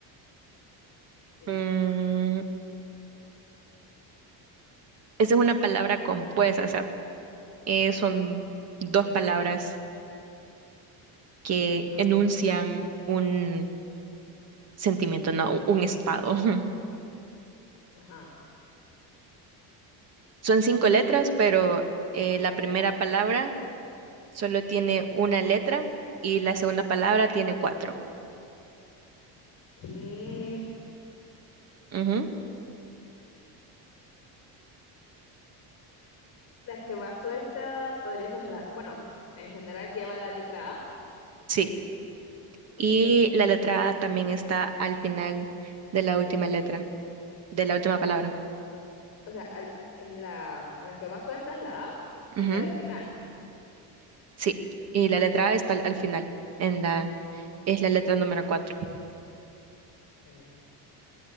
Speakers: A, on the left (about 35°); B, on the right (about 40°).
A: Demon.
B: Mm, esa es una palabra compuesta, o sea, eh, son dos palabras que
A: Ajá,
B: enuncian un sentimiento, no, un un estado. <laughs>
A: ajá.
B: Son cinco letras, pero eh, la primera palabra solo tiene una letra y la segunda palabra tiene cuatro.
A: ¿Qué?
B: Ujú,
A: La que va suelta podría ser la... Bueno, en general lleva la letra A.
B: sí. Y
A: Ok,
B: la letra A también está al final de la última letra, de la última palabra.
A: O sea, al- en la, la que va suelta es la A y
B: Ujú.
A: la del final.
B: Sí, y la letra A está al, al final, en la, es la letra número cuatro.
A: ok.